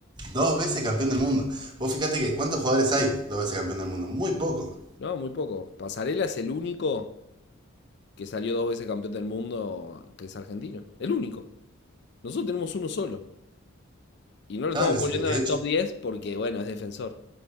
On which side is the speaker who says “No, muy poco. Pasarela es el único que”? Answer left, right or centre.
Left